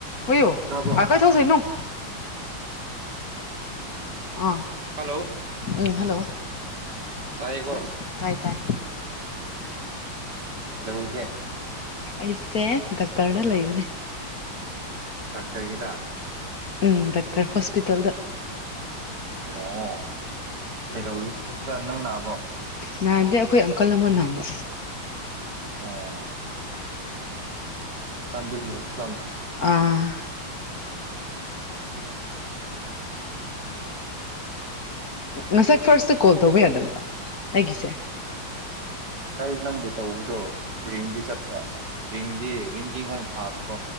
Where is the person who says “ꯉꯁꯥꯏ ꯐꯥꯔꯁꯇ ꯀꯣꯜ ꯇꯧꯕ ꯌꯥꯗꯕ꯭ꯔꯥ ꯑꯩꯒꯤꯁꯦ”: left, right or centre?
Left